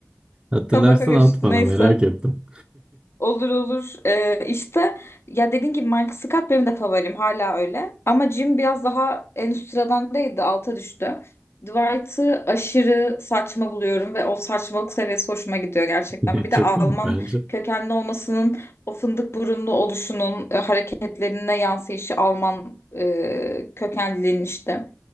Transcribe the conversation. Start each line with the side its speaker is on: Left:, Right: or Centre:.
Right: Hatırlarsan
Left: Kafa karıştı
Right: at bana
Left: neyse.
Right: merak ettim.
Left: Olur olur. Ee, işte ya dediğin gibi Michael Scott benim de favorim hala öyle. Ama Jim biraz daha en üst sıradan değildi alta düştü. Dwight'ı aşırı saçma buluyorum ve o saçmalık seviyesi hoşuma gidiyor gerçekten.
Right: <laughs>
Left: Bir
Right: Çok
Left: de Alman
Right: komik bence.
Left: kökenli olmasının o fındık burunlu oluşunun e, hareketlerine yansıyışı Alman e, kökenliliğin işte.